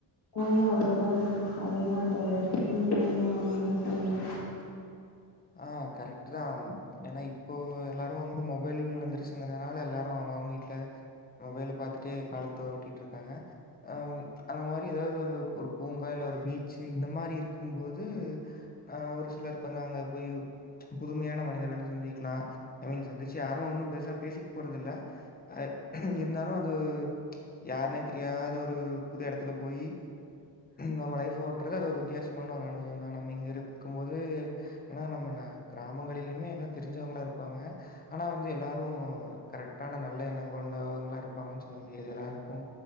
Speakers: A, on the left; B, on the left.
A: போவாங்க அவ்ளோதா தோ அவ்ளோதா தோழர் நீங்க <unintelligible> எதன்னா சொல்லணு
B: ஆ கரெக்ட்டுதா அ ஏன்னா இப்போ எல்லாரு வந்து மொபைல் விழுந்துருச்சுங்கிறதுனால எல்லாரு அவுங்கவுங்க வீட்ல மொபைல பாத்துட்டே காலத்த ஓட்டிட்டு இருக்காங்க அ அந்த மாரி ஏதாவது வந்து ஒரு பூங்கா இல் ஒரு பீச்சி இந்த மாரி இருக்கும்போது ஆ ஒரு சிலருக்கு வந்து அங்க போய் புதுமையான மனிதர்கள சந்திக்கலா ஐ மீன் சந்திச்சி யாரு ஒன்னு பேருசா பேசிக்க போறதுல்ல அ இருந்தாலு அது யாருன்னே தெரியாத ஒரு புது எடத்துல போயி நம்ம லைஃப் ஓட்றது அது ஒரு வித்தியாசமான ஒரு அனுபவோ தா நம்ம இங்க இருக்கு போது ஏன்னா நம்ம ந கிராமங்களிலுமே எல்லா தெரிஞ்சவுங்களா இருப்பாங்க ஆனா வந்து எல்லாரு கரெக்டான நல்ல எண்ணோ கொண்டவங்களா இருப்பாங்கன்னு சொல்ல முடியாது எல்லாருக்கு